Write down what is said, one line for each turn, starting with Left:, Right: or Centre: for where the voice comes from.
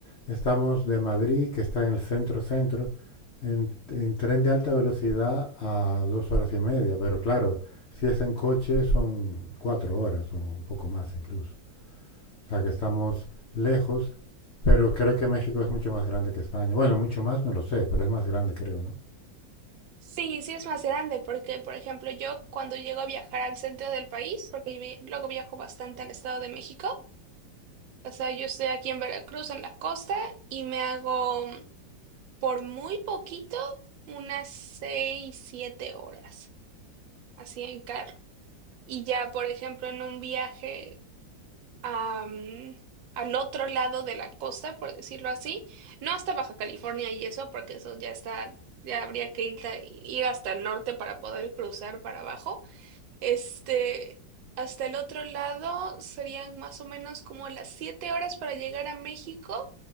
Left: estamos de Madrid, que está en el centro-centro, en, en tren de alta velocidad a dos horas y media, pero claro, si es en coche son cuatro horas o un poco más incluso. O sea que estamos lejos, pero creo que México es mucho más grande que España. Bueno, mucho más no lo sé, pero es más grande creo, ¿no?
Right: Sí, sí es más grande, porque por ejemplo yo cuando llego a viajar al centro del país, porque vi- luego viajo bastante al estado de México, o sea, yo estoy aquí en Veracruz, en la costa, y me hago Por muy poquito, unas seis, siete horas, así en carro. Y ya, por ejemplo, en un viaje a, mm, al otro lado de la costa, por decirlo así, no hasta Baja California y eso, porque eso ya está, ya habría que ir, ta- ir hasta el norte para poder cruzar para abajo. Este, hasta el otro lado serían más o menos como las siete horas para llegar a México